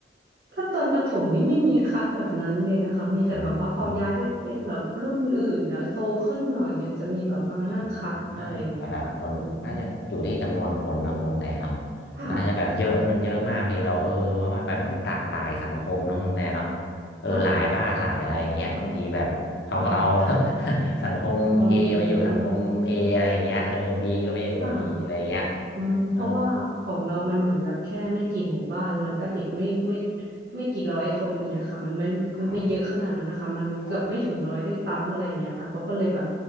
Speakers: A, on the right (about 55°); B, on the left (about 75°).
A: ถ้าตอนประถมนี่ไม่มีคัดแบบนั้นเลยนะคะมีแต่แบบว่าพอย้ายไปเป็นแบบรุ่นอื่นแล้วโตขึ้นหน่อยถึงจะมีแบบมานั่งคัดอะไรอย่างเงี้ยค่ะอืม
B: อืม อ่าแต่แบบคนน่าจะอยู่ที่จำนวนคนนะคุณแต่เนาะ
A: ค่ะ
B: มันอาจจะแบบเยอะมันเยอะมากบางทีเราเออว่าว่าแบบมันตัดหลายสังคมเนอะคุณแต่เนาะ
A: ค่ะ
B: เออหลายบ้านหลายอะไรอย่างเงี้ยบางทีแบบเขาก็เอา
A: ค่ะอืมค่ะ
B: <laughs> สังคม
A: อ๋อ
B: A ไปอยู่สังคม A อะไรอย่างเงี้ยเออ B ก็ไปอยู่กับ
A: ค่ะ
B: B อะไรอย่างเงี้ย
A: อืมเพราะว่าของเรามันเหมือนแบบแค่ไม่กี่หมู่บ้านแล้วก็เด็กไม่ไม่
B: เออ
A: ไม่กี่ร้อยคนอย่างเงี้ยค่ะมันไม่มันไม่เยอะขนาดนั้นนะคะมันเกือบไม่ถึงร้อยด้วยซ้ำอะไรอย่างเงี้ยค่ะเขาก็เลยแบบ
B: อ๋ออ๋อ